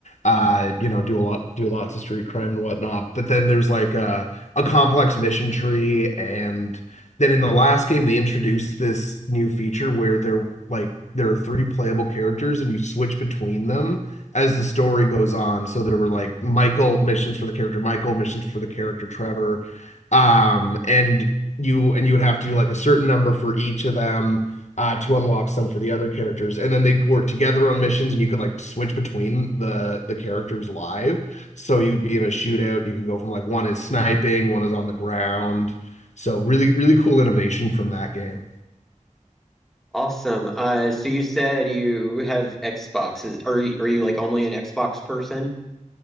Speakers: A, on the left; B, in the centre.
A: Uh, you know, do a lot, do lots of street crime and whatnot. But then there's like a, a complex mission tree, and then in the last game they introduced this new feature where they're like there are three playable characters, and you switch between them as the story goes on. So there were like Michael missions for the character Michael, missions for the character Trevor, um, and you and you would have to do like a certain number for each of them uh, to unlock some for the other characters, and then they'd work together on missions, and you could like switch between the the characters live. So you'd be in a shootout, and you could go from like one is sniping, one is on the ground. So really, really cool innovation from that game.
B: Awesome. Uh, so you said you have Xboxes. Are you, are you like only an Xbox person?